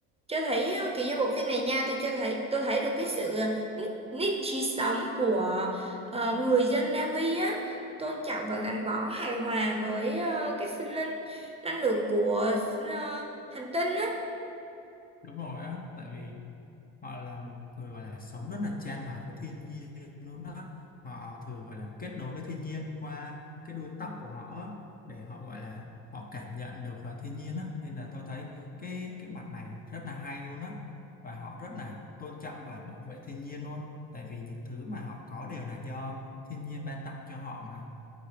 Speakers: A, on the right; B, on the left.
A: cho thấy ờ, kiểu như bộ phim này nha tôi cho thấy tôi thấy được cái sự ờ, nít nít trí sống của ờ, người dân Navi á tôn trọng và gắn bó hài hòa với ờ, cái sinh linh năng lượng của ờ, hành tinh á
B: đúng rồi á tại vì họ là một người gọi là sống rất là chan hòa với thiên nhiên luôn đó họ thường gọi là kết nối với thiên nhiên qua cái đuôi tóc của họ á, để họ gọi là họ cảm nhận được ờ, thiên nhiên á nên là tôi thấy cái cái mặt này rất là hay luôn á và họ rất là tôn trọng và bảo vệ thiên nhiên luôn tại vì những thứ mà họ có đều là do thiên nhiên ban tặng cho họ mà